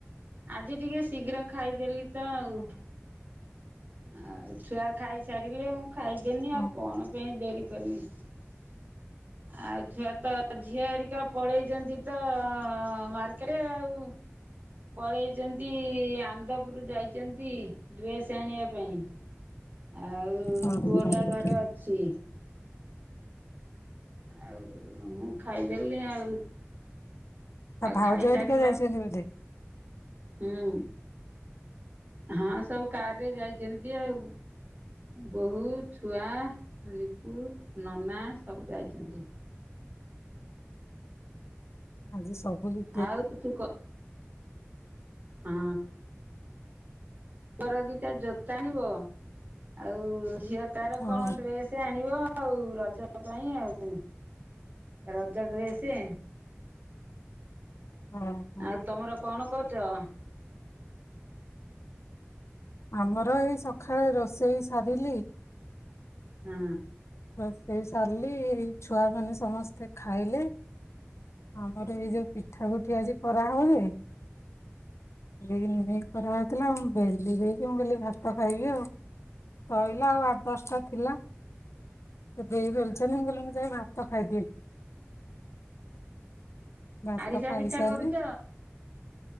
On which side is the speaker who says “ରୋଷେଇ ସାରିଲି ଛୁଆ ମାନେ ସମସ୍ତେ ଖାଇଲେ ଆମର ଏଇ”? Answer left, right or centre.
Left